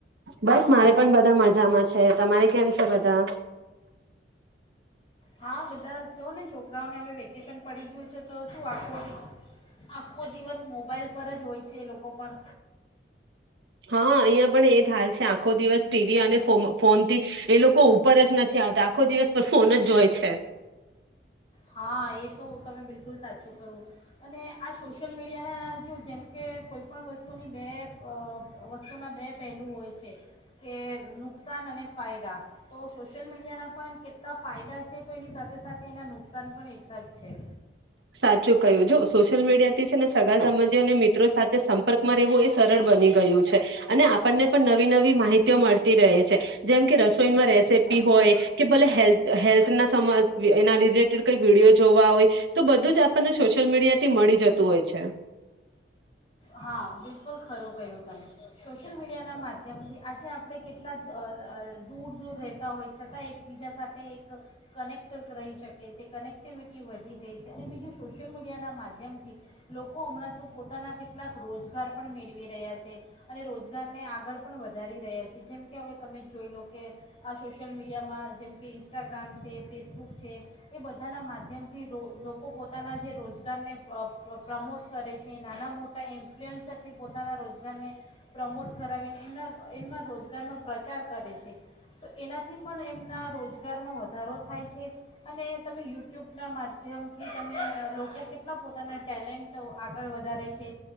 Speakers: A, on the right; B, on the left.
A: બસ મારે પણ બધા મજામાં છે તમારે કેમ બધા
B: હા બધા જોને છોકરાઓને હવે વેકેશન પડી ગયું છે તો શું આખો આખો દિવસ મોબાઈલ પર જ હોય છે એ લોકો પણ
A: હા અહિયાં પણ એજ હાલ છે આખો દિવસ ટીવી અને ફો ફોનથી એ લોકો ઉપર જ નથી આવતા આખો દિવસ પણ ફોન જ જોય છે.
B: હા એ તો તમે બિલકુલ સાચું કહ્યું અને આ સોશિયલ મીડિયાના જો જેમ કે કોઈપણ વસ્તુની બે અ વસ્તુના બે પહેલું હોય છે કે નુકસાન અને ફાયદા તો સોશિયલ મીડિયાના પણ કેટલા ફાયદા છે તો એની સાથે સાથે સાથે એનાનું નુકસાન પણ એટલા જ છે.
A: સાચું કહ્યું જો સોશિયલ મીડિયા થી છે ને સગા સંબંધીઓ અને મિત્રો સાથે સંપર્કમાં રહેવું એ સરળ બની ગયું છે અને આપણને પણ નવી નવી માહિતીઓ મળતી રહે છે જેમ કે રસોઈમાં રેસીપી હોય કે ભલે હેલ્થ હેલ્થના <unintelligible> એના લીધે કઈ વિડીયો જોવા હોય તો બધું જ આપણને સોશિયલ મીડિયાથી મળી જતું હોય છે.
B: હા બિલકુલ ખરું. કહ્યું તમે સોશિયલ મીડિયાના માધ્યમથી આજે આપણે કેટલા અ અ દૂર દૂર રહેતા હોય છતાં એકબીજા સાથે એક કનેક્ટ રહી શકીએ છીએ કનેક્ટિવિટી વધી બીજું સોશ્યિલ મી ના માધ્યમથી લોકો હમણાં તો પોતાના કેટલાક રોજગાર પણ મેળવી રહ્યા છે અને રોજગારને આગળ પણ વધારી રહ્યા છે જેમ કે હવે તમેજ જોઈ લો કે આ સોશિયલ મીડિયામાં જેમ કે ઇન્સ્ટાગ્રામ છે ફેસબુક છે એ બધાના માધ્યમથી રો લોકો પોતાના જે રોજગારને અ અ પ્રમોટ કરે છે નાના મોટા ઇન્ફલુઅન્સરથી પોતાના રોજગારને પ્રમોટ કરાવીને એના એમના રોજગારનો પ્રચાર કરે છે તો એનાથી પણ એમના રોજગારમાં વધારો થાય છે અને તમે યુટ્યુબના માધ્યમથી તમે લોકો કેટલા પોતાના ટેલેન્ટ આગળ વધારે છે.